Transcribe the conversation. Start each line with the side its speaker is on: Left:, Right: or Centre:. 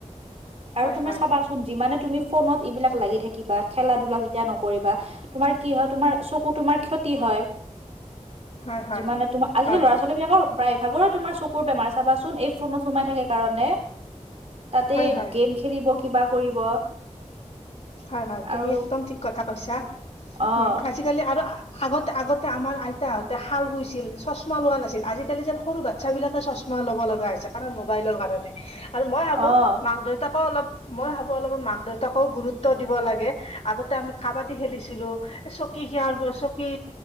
Right: <inaudible> আৰু
Left: হয়
Right: তুমি
Left: হয়
Right: চাবাচোন মানে তুমি ফোনত ইবিলাক লাগি থাকিবা। খেলা-ধূলা যেতিয়া নকৰিবা, তোমাৰ কি হয়? তোমাৰ চকু তোমাৰ ক্ষতি হয়।
Left: হয় হয়
Right: যিমানে তোমাৰ আজিকালি
Left: হয় হয়
Right: ল'ৰা-ছোৱালী বিলাকৰ প্ৰায়ভাগৰে তোমাৰ চকুৰ বেমাৰ চাবাচোন এই ফোনত সোমাই থাকে কাৰণে। তাতে
Left: হয় হয়
Right: গেম খেলিব, কিবা কৰিব।
Left: হয়-হয় তুমি
Right: আৰু
Left: একদম ঠিক কথা কৈছা।
Right: অ
Left: উম' আজিকালি আৰু আগতে-আগতে আমাৰ আইতাহঁতে শাল বইছিল, চশমা লোৱা নাছিল। আজিকালি যেন সৰু বাচ্ছা বিলাকে চশমা চশমা ল'ব লগা হৈছে, কাৰণ মোবাইলৰ কাৰণে। আৰু মই ভাবোঁ
Right: অ',
Left: মাক-দেউতাকো অলপ, মই ভাবোঁ অলপ মাক-দেউতাকেও গুৰুত্ব গুৰুত্ব দিব লাগে। আগতে আমি কাবাডী খেলিছিলোঁ, চকী সিয়াৰ চকী,